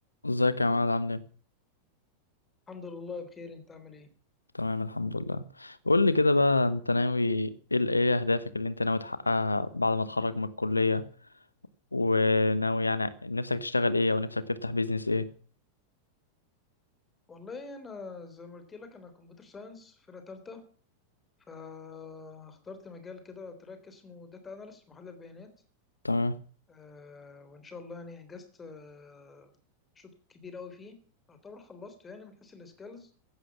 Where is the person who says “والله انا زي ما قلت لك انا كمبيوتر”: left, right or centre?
Left